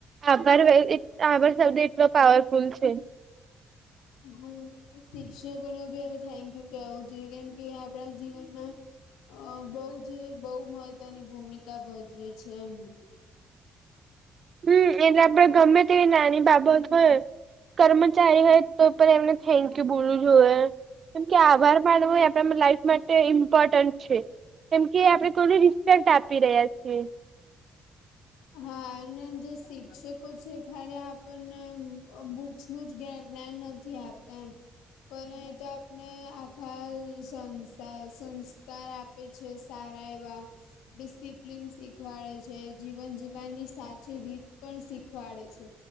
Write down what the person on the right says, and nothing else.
આભાર આભાર શબદ એટલો પાવરફુલ છે.
હમ એટને આપડે ગમે તેવી નાની બાબત હોય. કર્મચારી હોય તો પણ એમને થેન્ક યુ બોલવું જોઈએ. કેમકે આભાર માનવો એ આપણા લાાઈફ માટે ઇમ્પોર્ટન્ટ છે. કેમ કે આપડણે થોડી રિસ્પેક્ટ આપી રહ્યા છીએ.